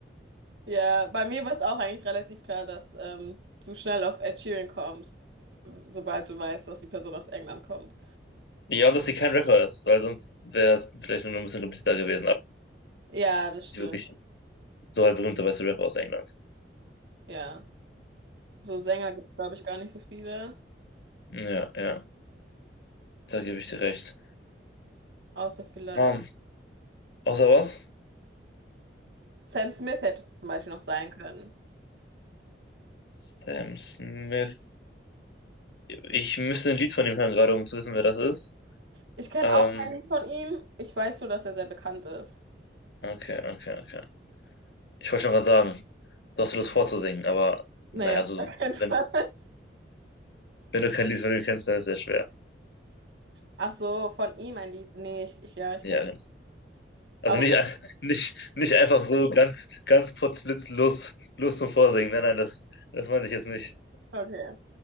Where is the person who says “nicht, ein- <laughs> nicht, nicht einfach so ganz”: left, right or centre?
Left